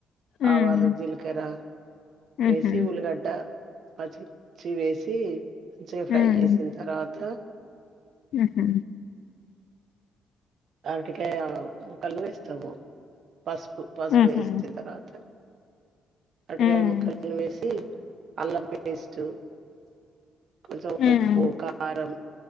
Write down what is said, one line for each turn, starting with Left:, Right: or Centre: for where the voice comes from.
Left: ఉమ్
Right: ఆవాలు జీల్కరా వేసి
Left: ఉహు
Right: ఉల్గడ్డ పచ్చి <unintelligible> చ్చి వేసి మంచిగ ఫ్రై
Left: ఉమ్
Right: చేసిన్ తర్వాత
Left: ఉహు
Right: అరటికాయ ముక్కలు వేస్తాము. పసుపు పసుపు
Left: ఉహు
Right: వేసిన తర్వాత అరటికాయ
Left: ఉమ్
Right: ముక్కలను వేసి అల్లం పేస్ట్ కొంచం
Left: ఉమ్
Right: ఉప్పు కారం